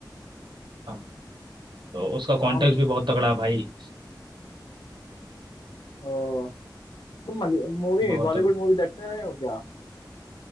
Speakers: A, on the right; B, on the left.
A: हाँ तो उसका
B: नाम
A: कॉन्टेक्स्ट भी बहुत तगड़ा है भाई
B: ओ, तुम मूवी
A: बहुत
B: बॉलीवुड मूवी देखते रहे हो क्या